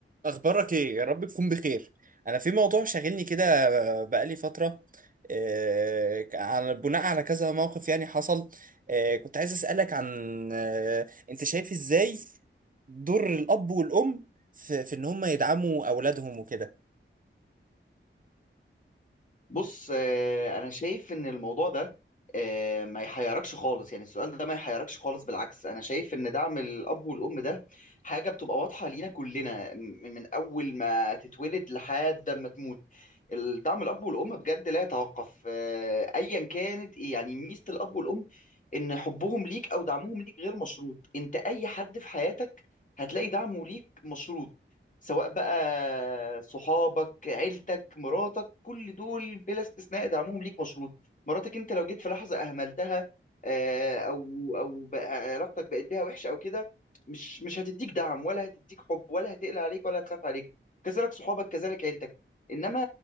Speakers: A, on the right (about 40°); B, on the left (about 40°).
A: اخبارك ايه يا رب تكون بخير انا في موضوع شاغلني كده بقالي فتره آه، على بناء على كذا موقف يعني حصل آه، كنت عايز اسالك عن آه، انت شايف ازاي دور الاب والام في في ان هم يدعموا اولادهم وكده
B: بص آه، انا شايف ان الموضوع ده آه، ما يحيركش خالص يعني السؤال ده ما يحيركش خالص بالعكس انا شايف ان دعم الاب والام ده حاجه بتبقى واضحه لينا كلنا م- من اول ما تتولد لحد ما تموت الدعم الاب والام بجد لا يتوقف آه، ايا كانت ايه يعني ميزه الاب والام ان حبهم ليك او دعمهم ليك غير مشروط انت اي حد في حياتك هتلاقي دعمه ليك مشروط سواء بقى صحابك عيلتك مراتك كل دول بلا استثناء دعمهم ليك مشروط مراتك انت لو جيت في لحظة اهملتها آه، او او بقى علاقتك بقت بيها وحشة او كده مش مش هتديك دعم ولا هتديك حب ولا هتقلق عليك ولا هتخاف عليك كذلك صحابك كذلك عيلتك انما